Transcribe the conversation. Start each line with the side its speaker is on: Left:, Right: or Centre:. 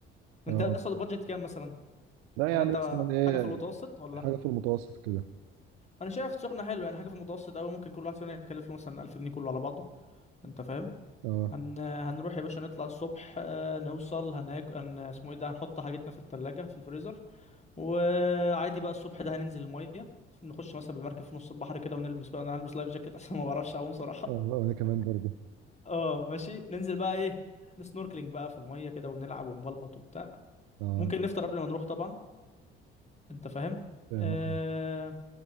Left: أنت
Right: اه
Left: أصلا البادجت كام مثلا
Right: لا
Left: ولا
Right: يعني
Left: أنت
Right: مثلا ايه
Left: حاجة في المتوسط ولا
Right: حاجه في المتوسط كده
Left: انا شايف سخنه حلوه يعني حاجه في المتوسط قوي ممكن كل واحد فينا يكلف له مثلا 1000 جنيه كله على بعضه انت فاهم
Right: اه
Left: هن... هنروح يا باشا نطلع الصبح آه، نوصل هناك هن... اسمه ايه ده هنحط حاجتنا في التلاجة في الفريزر وعادي بقى الصبح ده هننزل الميه نخش مثلا بالمركب في نص البحر كده ونلبس بقى انا هلبس لايف جاكيت <laughs> عشان ما بعرفش اعوم صراحه
Right: اه وانا كمان برضه
Left: اه ماشي ننزل بقى ايه نسنوركلينج بقى في الميه كده ونلعب ونبلبط وبتاع
Right: اه
Left: ممكن نفطر قبل ما نروح طبعا انت فاهم
Right: فاهمك
Left: آه،